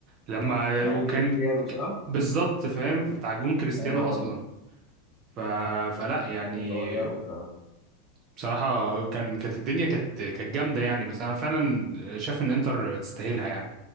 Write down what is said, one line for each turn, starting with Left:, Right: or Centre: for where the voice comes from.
Right: لما
Left: بتاعت
Right: وكان
Left: كريستيانو صح؟
Right: ك- بالظبط فاهم بتاع جون كريستيانو
Left: ايوه طبعا
Right: اصلا ف فلا يعني
Left: الدنيا قوية أوي بصراحة
Right: بصراحه كان كانت الدنيا كانت كانت جامده يعني بس انا فعلا شايف ان انتر تستاهلها يعني